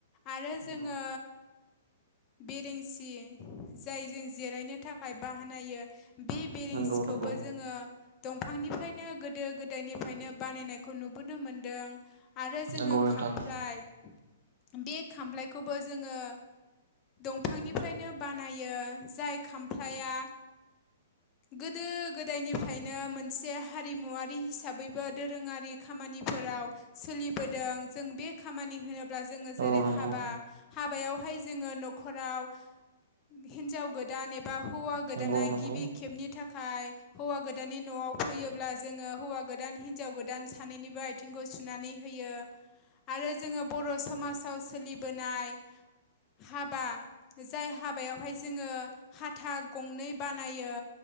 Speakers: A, on the left (about 30°); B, on the right (about 70°).
A: आरो
B: नंगौ
A: जोङो बेरेंसि जाय जों जिरायनो थाखाय बाहानायो बे बिरेंसिखौबो
B: नंगौ नंगौ
A: जोङो। दंफांनिफ्रायनो गोदो गोदायनिफ्रायनो बानायनायखौ नुबोनो मोनदों। आरो जोङो
B: नंगौ नोंथां
A: खामफ्लाय। बे खामलायखौबो जोङो दंफांनिफ्रायनो ब नायो जाय खामफ्लाया गोदो गोदायनिफ्रायनो मोनसे। हारिमुवारि हिसाबैबो दोरोङारि खामानिफोराव सोलिबोदों जों बे। खामानि होनोब्ला जोङो जेरै
B: औ नंगौ
A: हाबा हाबायावहाय जोङो नखराव हिन्जाव गोदान एबा हौवा गोदाना
B: नंगौ नंगौ
A: गिबि खेबनि थाखाय। हौवा गोदाननि नआव फैयोब्ला जोङो हौवा गोदान हिनजाव गोदान सानैनिबो आय थिंगु सुनानै होयो आरो जोङो बर समाजाव सोलिबोनाय। हाबा जाय हाब हाबायावहाय जोङो हाथा गंनै बानायो।